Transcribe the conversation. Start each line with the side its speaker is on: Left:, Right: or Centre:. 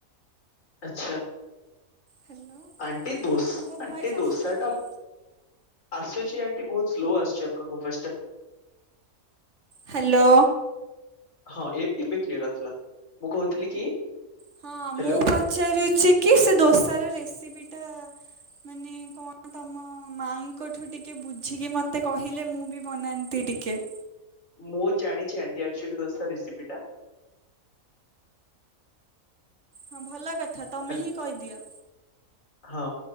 Left: ଆଚ୍ଛା।
Right: ହ୍ୟାଲୋ
Left: ଆଣ୍ଟି ଦୋସ୍
Right: ମୋ
Left: ଆଣ୍ଟି
Right: ଭଏସ୍
Left: ଦୋସାଟା
Right: ଆସୁନି କି?
Left: ଆସୁଛି ଆଣ୍ଟି ବହୁତ ସ୍ଲୋ ଆସୁଛି ଆପଣଙ୍କ ଭଏସ୍ ଟା।
Right: ହ୍ୟାଲୋ।
Left: ହଁ ଏ ଏବେ କ୍ଲିୟର ଆସିଲା। ମୁଁ କହୁଥିଲି କି
Right: ହଁ
Left: ହ୍ୟାଲୋ
Right: ମୁଁ ପଚାରୁଛି କି ସେ ଦୋସାର ରେସିପି ଟା ମାନେ କଣ ତମ ମାଙ୍କଠୁ ଟିକେ ବୁଝିକି ମତେ କହିଲେ ମୁଁ ବି ବନାନ୍ତି ଟିକେ।
Left: ମୁଁ ଜାଣିଛି ଆଣ୍ଟି, ଏକ୍ଚୁଲି ଦୋସା ରେସିପି ଟା।
Right: ହଁ ଭଲ କଥା। ତମେ
Left: ହେଲ
Right: ହିଁ କହିଦିଅ।
Left: ହଁ।